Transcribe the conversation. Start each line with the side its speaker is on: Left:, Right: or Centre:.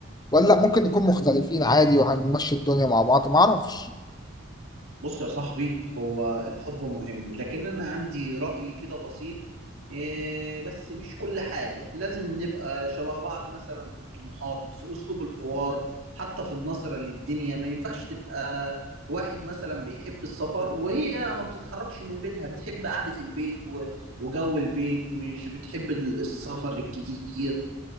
Left: ولا ممكن نكون مختلفين عادي وهنمشي الدنيا مع بعض معرفش
Right: بص يا صاحبي هو الحب مهم لكن أنا عندي رأي كده بسيط إيه، بس مش كل حاجة لازم نبقى شبه بعض مثلا في الطموحات في أسلوب الحوار حتى في النظرة للدنيا ما ينفعش تبقى واحد مثلا بيحب السفر وهي ما بتتحركش من بيتها بتحب قعدة البيت و- وجو البيت مش بتحب السفر الكتير